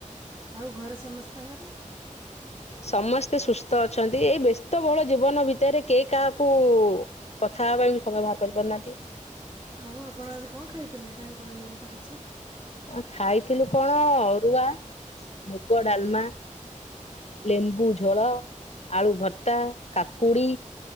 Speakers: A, on the right; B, on the left.
A: ଆଉ ଘରେ ସମସ୍ତଙ୍କର। <inaudible>
B: ସମସ୍ତେ ସୁସ୍ଥ ଅଛନ୍ତି ଏଇ ବ୍ୟସ୍ତ ବହୁଳ ଜୀବନ ଭିତରେ କେଇ କାହାକୁ। କଥା ହେବା ପାଇଁ ବି ସମୟ ବାହାର କରିପାରୁନାହାନ୍ତି।
A: ଆଉ ଆପଣ ଆଜି କଣ ଖାଇଥିଲେ କାହିଁ କହିଲେନି ତ କିଛି।
B: ଆ ଖାଇଥିଲୁ କଣ ଅରୁଆ ମୁଗ ଡାଲ୍‌ମା। ଲେମ୍ବୁ ଝୋଳ ଆଳୁ ଭର୍ତ୍ତା କାକୁଡି।